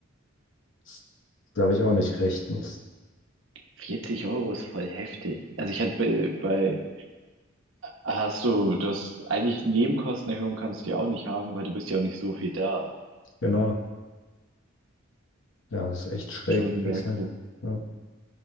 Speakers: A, on the left (about 65°); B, on the right (about 70°).
A: Das glaube ich auch nicht rechtens.
B: vierzig Euro ist voll heftig. Also ich hatte bei, bei Hast du, du hast eigentlich Nebenkostenerhöhung kannst du ja auch nicht haben, weil du bist ja auch nicht so viel da.
A: Genau. Ja, ist echt schräg
B: Schon
A: ein
B: Merkel.
A: bisschen. Ja.